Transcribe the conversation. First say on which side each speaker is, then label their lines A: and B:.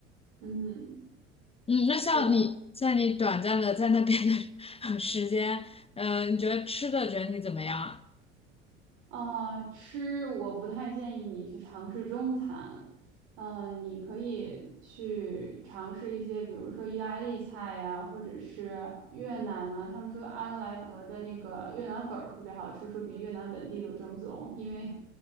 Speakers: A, on the right (about 60°); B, on the left (about 15°).
A: 嗯。
B: 嗯，那像你在你短暂的在那边的
A: 对。
B: <laughs> 时间，嗯，你觉得吃的整体怎么样啊？
A: 啊，吃我不太建议你去尝试中餐，嗯、你可以去尝试一些，比如说意大利菜呀，或者是越南呐、他们说阿德莱德的那个越南粉儿特别好吃，说比越南本地都正宗，因为